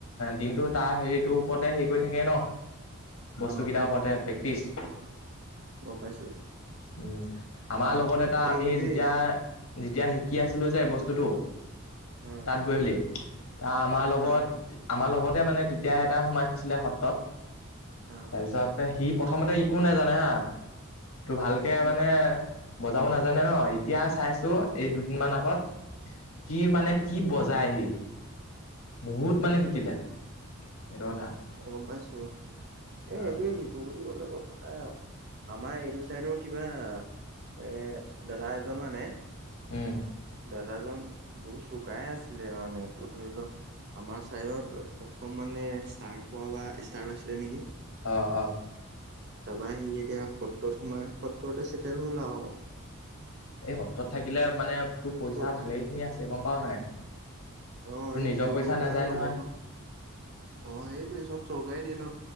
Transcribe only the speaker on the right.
অ',
গম পাইছো
এই
সেইটোৱে
অ',
অ',
অ',
অ',
গম পাইছো এ
সেইটোৱে শিকো বুলি কলে কথা আমাৰ এইটো চাইদৰ কিবা এ দাদা এজন মানে
দাদাজন বহুত চুকাই আছিলে মানে ত ধৰি লও আমাৰ চাইত প্ৰথম মানে ষ্টাৰ পোৱা বা ষ্টাৰ পাইছিলে নেকি
তাৰপা সি এতিয়া সত্ৰত সোমাই সত্ৰতে চেটেল হল আও
খোল
অ
এই
খুল
বজোৱা
লগৰটো অ সেইটোয়ে চব চৰকাৰে দিয়ে ন